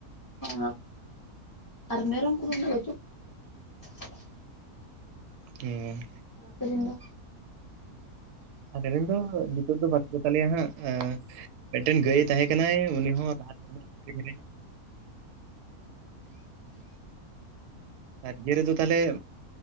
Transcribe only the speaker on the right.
ᱦᱮᱸ
ᱟᱞᱮᱨᱮ ᱨᱮᱱ ᱫᱚ ᱱᱤᱛᱚᱜ ᱫᱚ ᱵᱟᱹᱱᱩᱜ ᱠᱚᱛᱟ ᱞᱮᱭᱟ ᱦᱟᱸᱜ ᱢᱤᱫᱴᱮᱱ ᱜᱟᱹᱭ ᱛᱟᱦᱮᱸ ᱠᱟᱱᱟᱭ ᱩᱱᱤ ᱦᱚᱸ ᱞᱟᱦᱟ ᱛᱮᱢᱟ ᱟᱹᱠᱷᱨᱤᱧ ᱟᱨ ᱤᱭᱟᱹ ᱨᱮᱫᱚ ᱛᱟᱦᱚᱞᱮ